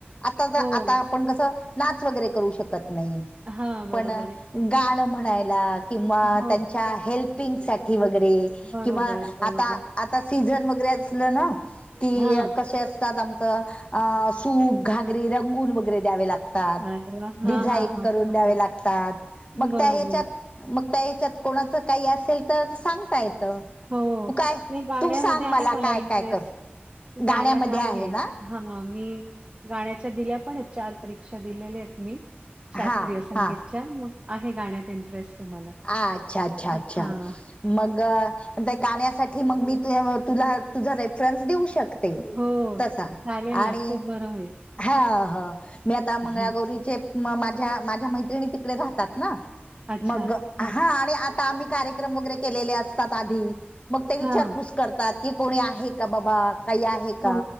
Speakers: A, on the left; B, on the right.
A: आता
B: हो.
A: आता आपण कसं नाच वगैरे करू शकत नाही
B: हां, बरोबर
A: पण
B: आहे.
A: गाण म्हणायला. किंवा
B: हो.
A: त्यांच्या हेल्पिंग साठी वगैरे
B: बरोबर,
A: किंवा
B: बरोबर.
A: आता आता सीझन वगैरे असलं ना कि
B: हां.
A: कसे असतात आमचं. अ सूप घागरी रंगून वगैरे द्यावे लागत. तात
B: अरे वाह! हां,
A: डिझाईन
B: हां, हां.
A: करून
B: बरोबर,
A: द्यावे लागतात मग
B: बरोबर.
A: त्या ह्याच्यात. मग त्या ह्याच्यात कोणाचं काही असेल तर सांगता येतं.
B: हो
A: तू काय
B: नाही गाण्यामध्ये
A: तू सांग
B: आहे मला
A: काय
B: इंटरेस्ट
A: काय कर
B: गाण्यात
A: गाण्यामध्ये
B: आहे
A: ना
B: हा मी गाण्याच्या दिल्या पण चार परीक्षा दिलेल्या आहेत मी शास्त्रीय
A: हा
B: संगीतच्या
A: हा
B: मग आहे गाण्यात इंटरेस्ट आहे मला.
A: अ अच्छा अच्छा
B: अ,
A: अच्छा
B: हां.
A: मग त्या गाण्यासाठी मग मी त तुला तुझा रेफरन्स देऊ शकते. ते
B: हो,
A: तसा
B: चालेल ना,
A: आणि
B: खूप बरं होईल.
A: हा हा मी आता
B: हां.
A: मंगळागौरीचे म माझ्या माझ्या मैत्रिणी तिकडे राहतात ना
B: अच्छा.
A: मग
B: हां,
A: हा आता आम्ही कार्यक्रम वगैरे केलेले असतात आधी मग ते विचार
B: हां.
A: पुस. करतात की कोणी आहे का बाबा काही आहे का
B: हो,